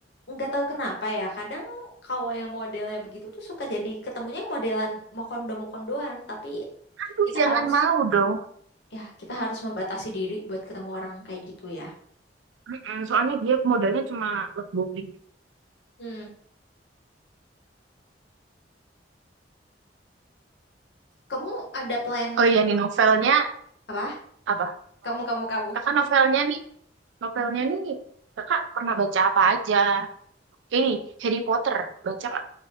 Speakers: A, on the left; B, on the right.
A: nggak tahu kenapa ya. Kadang kalau yang modelnya begitu tuh suka jadi ketemunya yang modelan mokondo-mokondoan. Tapi
B: Aduh,
A: kita
B: jangan
A: harus,
B: mau dong.
A: ya kita harus membatasi diri buat ketemu orang kayak gitu ya.
B: Mm-mm, soalnya dia modalnya cuma love bombing.
A: Hmm. Kamu ada plan
B: Oh iya nih novelnya
A: Apa?
B: apa?
A: Kamu, kamu, kamu.
B: Kakak novelnya nih, novelnya nih kakak pernah baca apa aja? Ini Harry Potter, baca nggak?